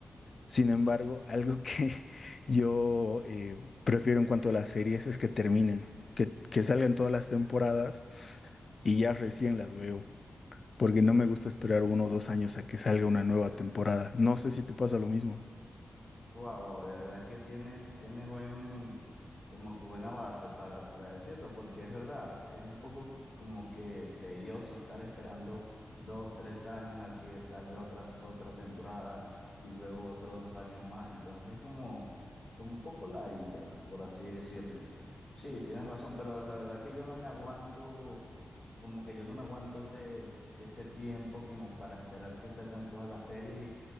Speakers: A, on the left (about 55°); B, on the left (about 85°).
A: Sin embargo, algo que <laughs> yo eh, prefiero en cuanto a las series es que terminen, que, que salgan todas las temporadas y ya recién las veo, porque no me gusta esperar uno o dos años a que salga una nueva temporada. No sé si te pasa lo mismo.
B: Wow, wow, de verdad que tienes, tienes buen, como que buena base para, para decirlo, porque es verdad, es un poco c- como que tedioso estar esperando dos, tres años a que salga otra, otra temporada y luego otros años más. Entonces, como, como un poco ladilla, por así decirlo. Sí, tienes razón, pero la verdad que yo no me aguanto, como que yo no me aguanto ese, ese tiempo como para esperar que salgan todas las series